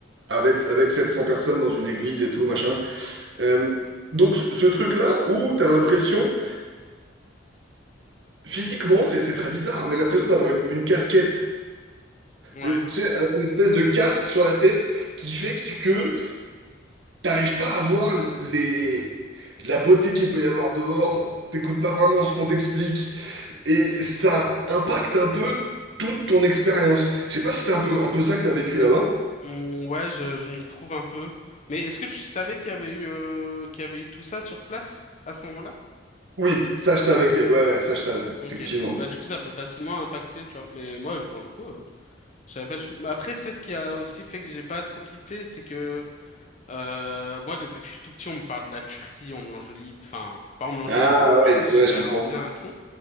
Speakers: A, on the right; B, on the left.
A: avec avec 700 personnes dans une église et tout machin. Euh, donc ce, ce truc-là où t'as l'impression, physiquement, c'est c'est très bizarre, mais l'impression d'avoir une, une casquette.
B: Ouais.
A: Euh, Tu sais, un, un espèce de casque sur la tête qui fait que, tu- que t'arrives pas à voir les... la beauté qu'il peut y avoir dehors, t'écoutes pas vraiment ce qu'on t'explique, et ça impacte un peu toute ton expérience. Je sais pas si c'est un peu, un peu ça que t'as vécu là-bas.
B: Mm, Ouais, je, je m'y retrouve un peu. Mais est-ce que tu savais qu'il y avait eu, euh, qu'il y avait eu tout ça sur place à ce moment-là?
A: Oui, ça je savais, que- ouais, ouais, ça je savais,
B: Ok.
A: effectivement.
B: Ouais, du coup, ça peut facilement impacter, tu vois. Mais moi, pour le coup, euh, je savais pas du tout. Mais après, tu sais, ce qui a aussi fait que j'ai pas trop kiffé, c'est que euh, moi, depuis que je suis tout petit, on me parle de la Turquie, on me l'enjolive. Enfin, pas on me l'enjolive,
A: Ah
B: mais on me
A: ouais,
B: parle
A: ouais,
B: super
A: je comprends.
B: en bien et tout.